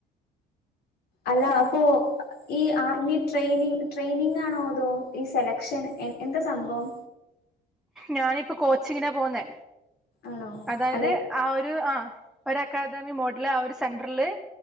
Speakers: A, on the left; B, in the centre.
A: അല്ല
B: പിന്നെ
A: അപ്പോ ഈ ആർമി ട്രെയ്നിങ് ട്രെയിനിങ്ങാണോ അതോ ഈ സെലക്ഷൻ എ എന്താ സംഭവം
B: ഞാനിപ്പോ കോച്ചിങ്ങിനാ പോവുന്നെ
A: ആണോ
B: അതായത്
A: അല്ലെ
B: ആ ഒരു ആഹ് ഒരു അക്കാദമി മോഡ്ല് ആ ഒരു സെന്റർല്